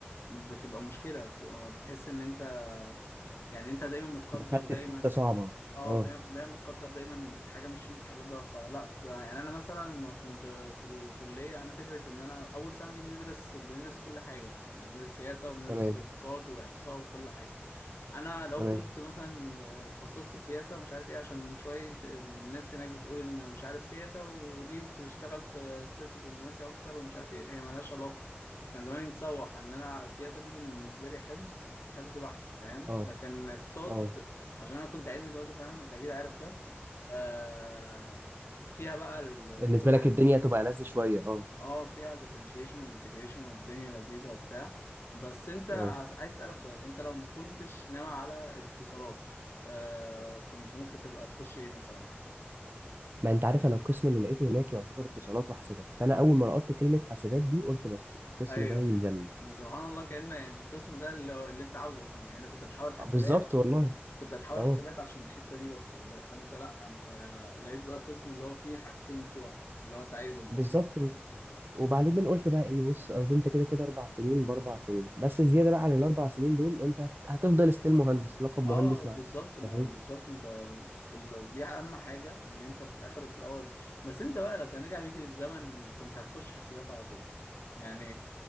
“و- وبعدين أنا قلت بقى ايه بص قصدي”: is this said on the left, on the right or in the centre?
Right